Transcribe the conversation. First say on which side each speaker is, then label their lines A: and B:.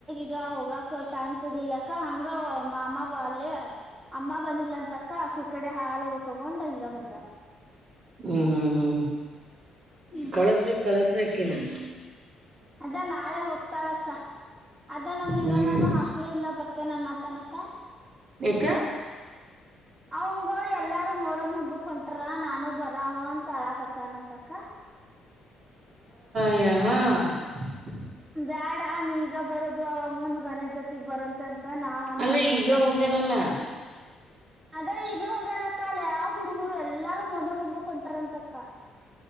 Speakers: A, on the right; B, on the right.
A: ಈಗ ಹೋಗಕ ಟೈಮ್ ಸಿಗ್ಲಿಲ್ಲ ಅಕ್ಕ ಹಂಗ ಅಮ್ಮ ಅಲ್ಲೇ ಅಮ್ಮ ಬಂದಿಲ್ಲ ಅಂತಕ್ಕ ಅಕ್ಕ ಈ ಕಡೆ ಹಾಾಲ ಅದು ತಗೊಂಡ್ ಹಿಂಗ ಬಂದಾರ
B: ಹ್ಮ್ ಹ್ಮ್ ಹ್ಮ್
A: ಹ್ಮ್
B: ಕಳಸ್ರ ಕಳಸ ಇದಕನಾ <inaudible>
A: ಅದ ನಾಳೆ ಹೋಗ್ತಾಳಕ್ಕ ಅದ ನಮೀರ
B: ಹ್ಮ್
A: ನಾನು ಹಾಸ್ಟೆಲಿಂದದ ಬರ್ತ ತೆ ನನ್ನ ತನಕ್ಕ
B: ಯಕ್ಕ
A: ಅವಂಗ ಎಲ್ಲಾರೂ ಮೂರಮ್ಮ ಹಬ್ಬಕ್ ಹೊಂಟ್ರ ನಾನು ಬರವ ಅಂತಾಳಕತ್ತನಂತ ತಕ
B: ಹಹ
A: ಬ್ಯಾಡ ಆ ನೀ ಈಗ ಬರೋದು ಅವಾಗ ಮುಂದ್ ಗನಜ ಜೊತೆಗ್ ಬರಂತ ಮ ನಾವುನ್
B: ಅಲ್ಲ
A: ತವಕ್ಕ
B: ಈಗ ಹೋಗ್ಯನಲ್ಲ
A: ಇ ಏನ್ಬೋ ಅದ ಈಗ ಹೋಗ್ಯನಕ್ಕ ಅಲ್ಲ ಯಾವ ಹುಡುಗರು ಎಲ್ಲಾರೂ ಮ ತುಂಬಕ್ ಹೊಂಟಾರಂತಕ್ಕ